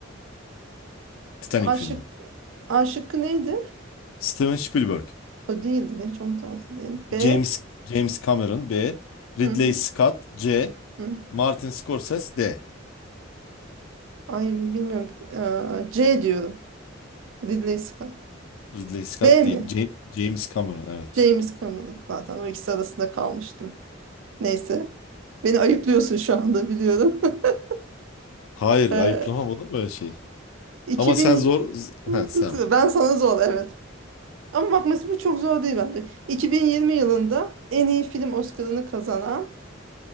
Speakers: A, on the left; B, on the right.
A: Titanic
B: A
A: filmi.
B: şıkkı, A şıkkı neydi?
A: Steven Spielberg.
B: O değildi de hiç onun tarzı değil. B.
A: James James Cameron B. Ridley
B: Hı hı,
A: Scott C.
B: hı.
A: Martin Scorsese D.
B: Ay bilmiyorum. Ee, C diyorum. Ridley Scott.
A: Ridley Scott
B: B mi?
A: değil. James, James Cameron evet.
B: James Cameron. Zaten o ikisi arasında kalmıştım. Neyse. Beni ayıplıyorsun şu anda biliyorum. <laughs>
A: Hayır
B: Ee,
A: ayıplamam olur mu öyle şey?
B: 2000
A: Ama sen zor... z-
B: <laughs>
A: Ha, sen.
B: ben sana zor evet. Ama bakması bu çok zor değil bence. 2020 yılında en iyi film Oscar'ını kazanan